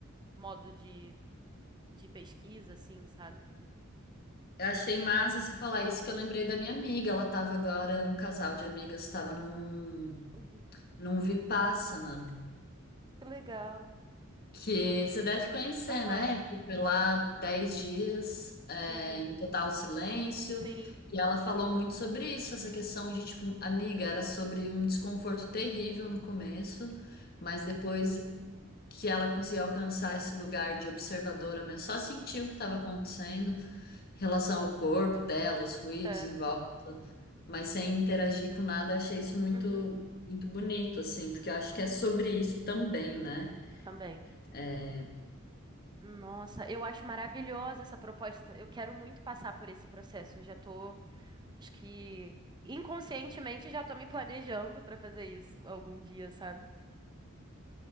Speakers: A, on the right; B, on the left.
A: modo de, de pesquisa, assim, sabe?
B: Eu achei massa você falar isso que eu lembrei da minha amiga. Ela estava agora, um casal de amigas estava num,
A: Uhum.
B: num Vipassana.
A: Que legal.
B: Que você deve conhecer,
A: Aham.
B: né? Fica lá 10 dias, é,
A: Uhum.
B: em total silêncio.
A: Sim,
B: E ela falou muito sobre isso, essa questão de, tipo, amiga, era sobre um desconforto terrível no começo, mas depois que ela conseguiu alcançar esse lugar de observadora mesmo, só sentiu o que estava acontecendo em relação
A: Uhum.
B: ao corpo dela, os ruídos
A: certo.
B: em volta, mas sem interagir com nada, achei isso muito,
A: Uhum.
B: muito bonito, assim, porque eu acho
A: Sim,
B: que é sobre isso também, né?
A: também.
B: É,
A: Nossa, eu acho maravilhosa essa proposta. Eu quero muito passar por esse processo. Eu Já tô, acho que inconscientemente já tô me planejando para fazer isso algum dia, sabe?